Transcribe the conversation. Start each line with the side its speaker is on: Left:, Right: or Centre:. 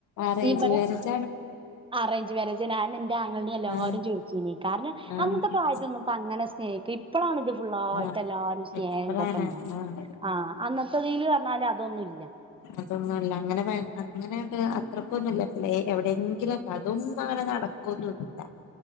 Left: ആറേജുമാരേജ
Right: ഇവിടെ അറേഞ്ച് മാര്യേജ്ന്നെ അന്നെ ന്റെ ആങ്ങൾന്റെ എല്ലാരും
Left: ആഹ്
Right: ചോയ്ച്ചീനി കാരണം
Left: ആഹ്
Right: അന്നത്തെ പ്രായത്തൊന്നും ഇപ്പങ്ങനെ സ്നേഹിക്കി ഇപ്പളാണ് ഇത് ഫുള്ളായിട്ട്
Left: ആഹ്
Right: എല്ലാരും സ്നേഹംതൊക്കെ
Left: ഇപ്പളാണ്
Right: ഉണ്ടാ
Left: ആഹ്
Right: ആ അന്നത്തതിൽ പറഞ്ഞാല് അതൊന്നുല്ല്യ
Left: അതൊന്നുംല്ല അങ്ങനെ അങ്ങനണ്ട് അത്രക്കൊന്നുല്ല എവിടെയെങ്കില അതും അങ്ങനെ നടക്കൊന്നുല്ല